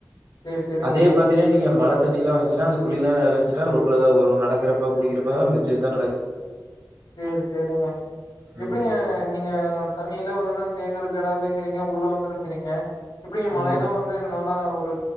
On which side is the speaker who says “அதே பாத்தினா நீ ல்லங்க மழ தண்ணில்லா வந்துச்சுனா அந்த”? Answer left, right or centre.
Right